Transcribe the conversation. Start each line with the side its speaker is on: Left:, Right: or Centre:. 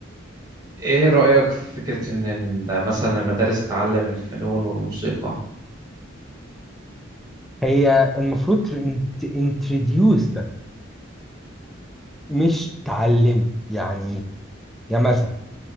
Right: ايه رأيك في فكرة ان إن مثلا المدارس تعلم الفنون والموسيقى
Centre: هي المفروض انتروديوس ده مش تعلمه يعني ايه يعني مثلا